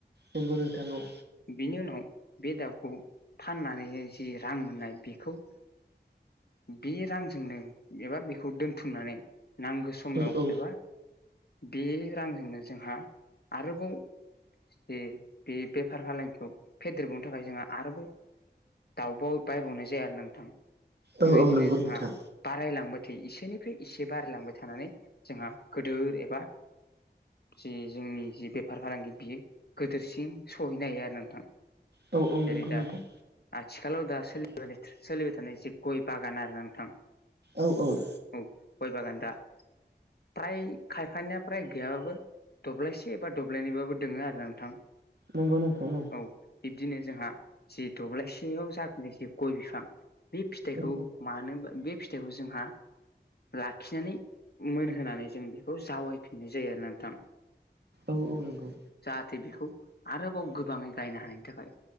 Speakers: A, on the right (about 70°); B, on the left (about 65°).
A: नंगौ नोंथां औ।
B: बिनि उनाव बे दाउखौ फाननानैनो जि रां मोननाय बेखौ। बे रांजोंनो एबा बेखौ दोनथुमनानै नांगौ समायाव
A: औ औ
B: एबा बे रांजोंनो जोंहा आरोबाव जे बे बेफार फालांगिखौ फेदेरबावनो थाखाय जोंहा आरोबाव दाउबाव बायबावनाय जाया आरो नोंथां बेबायदिनो
A: औ औ नंगौ
B: जोंहा
A: नोंथां
B: बारायलांबाय थै एसेनिफ्राय एसे बारायलांबाय थानानै जोंहा गोदोर एबा जि जोंनि जि बेफार फालांगि बियो गोदोरसिन सहैनो हायो आरो नोंथां।
A: औ औ नंगौ
B: जेरै दा
A: नोंथां
B: आथिखालाव दाो सोलिबाय थानाय जे गय बागान आरो नोंथां
A: औ औ
B: औ गय बागान दा फ्राय खायफानिा फ्राय गैयाबाबो दब्लायसे एबा दब्लायनबाबो दोङो आरो नोंथां
A: नंगौ नोंथांनो
B: औ बिब्दिनो जोंहा जि दब्लायसेयाव जाखोनाय जे गय बिफां बे फिथाइखौ
A: औ औ
B: मानोा बे फिथाइखौ जोंहा लाखिनानै मोनहोनानै जों बेखौ जावै फिननाय जायो आरो नोंथां।
A: औ औ नंगौ।
B: जाहाथे बेखौ आरोबाव गोबाङै गायनो हानायनि थाखाय